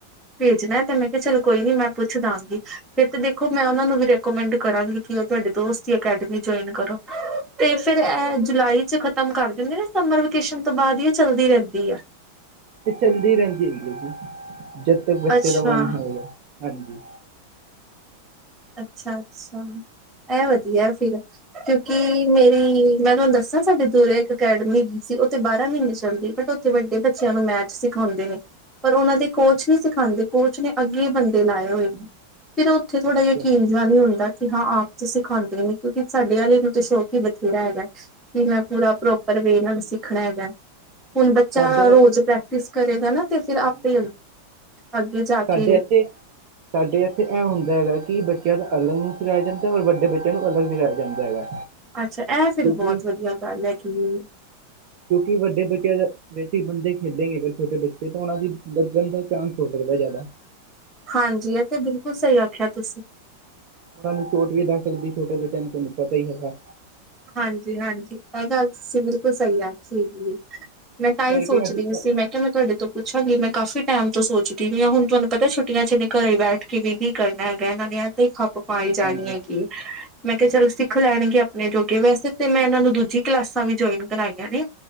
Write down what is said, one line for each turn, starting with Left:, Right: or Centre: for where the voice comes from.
Centre: ਭੇਜਣਾ ਤੇ ਮੈਂ ਕਿਹਾ ਚਲੋ ਕੋਈ ਨੀ ਮੈਂ ਪੁੱਛ ਦਵਾਂਗੀ। ਫੇਰ ਤੇ ਦੇਖੋ, ਮੈਂ ਉਹਨਾਂ ਨੂੰ ਵੀ ਰਿਕੋਮੈਂਡ ਕਰਾਂਗੀ ਕਿ ਉਹ ਤੁਹਾਡੇ ਦੋਸਤ ਅਕੈਡਮੀ ਜੁਆਇਨ ਕਰੋ। ਤੇ ਫੇਰ ਇਹ ਜੁਲਾਈ ਚ' ਖਤਮ ਕਰ ਦਿੰਦੇ ਨਾ ਸਮਰ ਵਕੇਸ਼ਨ ਤੋਂ ਬਾਅਦ ਹੀ ਚੱਲਦੀ ਰਹਿੰਦੀ ਆ।
Right: ਤੇ ਚੱਲਦੀ ਰਹਿੰਦੀ ਐ। ਹਾਜ਼ੀ, ਜਦ ਤੱਕ ਬੱਚੇ
Centre: ਅੱਛਾ
Right: ਦਾ ਮਨ ਹੈਗਾ। ਹਾਂਜੀ।
Centre: ਅੱਛਾ-ਅੱਛਾ। ਇਹ ਵਧੀਆ ਫਿਰ, ਕਿਉਂਕਿ ਮੇਰੀ ਮੈਂ ਤੁਹਾਨੂੰ ਦੱਸਾਂ ਸਾਡੇ ਸੂਰ ਇੱਕ ਅਕੈਡਮੀ। ਉਹਥੇ ਬਾਰਾਂ ਮਹੀਨੇ ਚੱਲਦੀ ਬਟ, ਉੱਥੇ ਵੱਡੇ ਬੱਚਿਆਂ ਨੂੰ ਮੈਚ ਸਿਖਾਉਂਦੇ ਨੇ। ਪਰ ਉਹਨਾਂ ਦੇ
Right: ਹਾਂਜੀ
Centre: ਕੋਚ ਨਹੀ ਸਿਖਾਉਦੇ‌। ਕੋਚ ਨੇ ਅੱਗੇ ਬੰਦੇ ਲਾਏ ਹੋਏ ਨੇ, ਫਿਰ ਉਹ ਉੱਥੇ ਥੋੜ੍ਹਾ
Right: ਹਾਂਜੀ
Centre: ਜਿਹਾ ਨ ਹੁੰਦਾ ਕਿ ਹਾਂ ਆਪ ਚ' ਸਿਖਾਂਦੇ ਨੀ, ਕਿਉਂਕਿ ਸਾਡੇ ਵਾਲੇ ਨੂੰ ਤਾਂ ਸ਼ੌਕ ਹੀ ਬਥੇਰਾ ਹੈਗਾ। ਕਿ ਮੈਂ ਪੂਰਾ ਪ੍ਰੋਪਰ ਵੇ ਨਾਲ ਨੂੰ ਸਿੱਖਣਾ ਹੈਗਾ। ਹੁਣ, ਬੱਚਾ
Right: ਸਾਡੇ
Centre: ਰੋਜ਼ ਪ੍ਰੈਕਟਿਸ ਕਰੇਗਾ ਨਾ ਤੇ ਫਿਰ
Right: ਹਾਂਜੀ
Centre: ਆਪੇ ਅੱਗੇ ਜਾ ਕੇ
Right: ਸਾਡੇ ਇੱਥੇ ਸਾਡੇ ਇੱਥੇ ਇਹ ਹੁੰਦਾ ਹੈਗਾ, ਕਿ ਬੱਚਿਆਂ ਦਾ ਅਲੱਗ ਨੂੰ ਸਿਖਾਇਆ ਜਾਂਦਾ ਐ, ਔਰ ਵੱਡੇ ਬੱਚਿਆਂ ਨੂੰ ਅਲੱਗ ਸਿਖਾਇਆ ਜਾਂਦਾ ਹੈਗਾ।
Centre: ਅੱਛਾ। ਇਹ ਫੇਰ
Right: ਕਿਉਂਕਿ
Centre: ਬਹੁਤ ਵਧੀਆ ਗੱਲ ਹੈਗੀ ਏ।
Right: ਕਿਉਂਕਿ ਵੱਡੇ ਬੱਚੇ ਦਾ ਬੇਠ ਬੰਦੇ ਖੇਡਣਗੇ, ਅਗਰ ਛੋਟੇ ਬੱਚੇ ਤਾਂ ਉਹਨਾਂ ਦੀ ਲੱਗਣ ਦਾ ਚਾਂਸ ਹੋ ਸਕਦਾ ਜ਼ਿਆਦਾ।
Centre: ਹਾਂਜੀ। ਇਹ ਤੇ ਬਿਲਕੁਲ ਸਹੀ ਆਖਿਆ ਤੁਸੀਂ।
Right: ਉਹਨਾਂ ਨੂੰ ਚੋਟ ਵੀ ਲੱਗ ਸਕਦੀ ਛੋਟੇ ਬੱਚਿਆਂ ਨੂੰ ਤੈਨੂੰ ਪਤਾ ਹੀ ਹੈਗਾ।
Centre: ਹਾਂਜੀ-ਹਾਂਜੀ, ਇਹ ਗੱਲ ਤੁਸੀਂ ਬਿਲਕੁਲ ਸਹੀ ਆਖੀ ਹੈਗੀ ਏ। ਮੈਂ
Right: ਇਸ
Centre: ਤਾਂ ਹੀ
Right: ਕਰਕੇ
Centre: ਸੋਚਦੀ
Right: ਅਸੀਂ
Centre: ਸੀ। ਮੈਂ ਤੇ ਮੈਂ ਤੁਹਾਡੇ ਤੋਂ ਪੁੱਛਾਂਗੀ। ਮੈਂ ਕਾਫੀ ਟਾਈਮ ਤੋਂ ਸੋਚਦੀ ਵੀ ਹਾ, ਹੁਣ ਤੁਹਾਨੂੰ ਪਤਾ ਛੁੱਟੀਆਂ
Right: ਹਾਂਜੀ
Centre: ਨੇ
Right: ਹਾਂਜੀ
Centre: ਘਰੇ ਹੀ ਬੈਠ ਕਿਵੇਂ ਕੀ ਕਰਨਾ ਹੈਗਾ। ਇਹਨਾਂ ਦੀ ਤੇ ਹੀ ਖੱਪ
Right: ਹਾਂਜੀ
Centre: ਪਾਾਈ ਜਾਣੀ
Right: ਹਾਂਜੀ
Centre: ਹੈਗੀ। ਮੈਂ ਕਿਹਾ
Right: ਹਾਂਜੀ
Centre: ਚਲੋ ਸਿੱਖ ਲੈਣਗੇ‌। ਨੇ, ਜੋ ਕਿ ਵੈਸੇ ਤੇ ਮੈਂ ਇਹਨਾਂ ਨੂੰ ਦੂਜੀ ਕਲਾਸਾਂ ਵੀ ਜੁਆਇਨ ਕਰਾਈਆਂ ਨੇ।